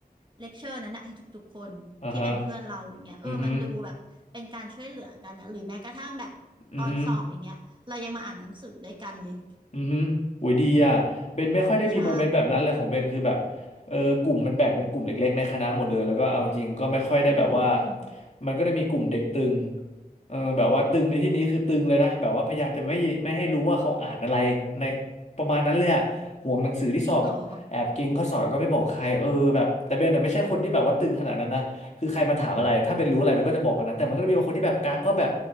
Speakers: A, on the right; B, on the left.
A: เลคเชอร์นั้นนะให้ทุกๆคนที่เป็นเพื่อนเราอย่างเงี้ยเออมันดูแบบเป็นการช่วยเหลือกันนะหรือแม้กระทั่งแบบตอนสอบอย่างเงี้ยเรายังมาอ่านหนังสือด้วยกันเลย
B: อ่าฮะอือฮึอือฮึ อือฮึโอ้ยดีอ่ะเบนไม่ค่อยได้มีโมเมนต์แบบนั้นเลยของเบนคือแบบเออกลุ่มมันแบ่งเป็นกลุ่มเล็กๆในคณะหมดเลยแล้วก็เอาจริงก็ไม่ค่อยได้แบบว่า
A: ใช่อืม
B: มันก็ได้มีกลุ่มเด็กตึงเออแบบว่าตึงในที่นี้คือตึงเลยนะแบบว่าพยายามจะไม่ไม่ให้รู้ว่าเขาอ่านอะไรในประมาณนั้นเลยอ่ะห่วงหนังสือที่สอบแอบเก่งข้อสอบแล้วก็ไม่บอกใครเออแบบแต่เบนอ่ะไม่ใช่คนที่แบบว่าตึงขนาดนั้นนะคือใครมาถามอะไรถ้าเบนรู้อะไรเบนก็จะบอกกันนั้นแต่มันก็จะมีบางคนที่แบบกักก็แบบ
A: จริงเหรอ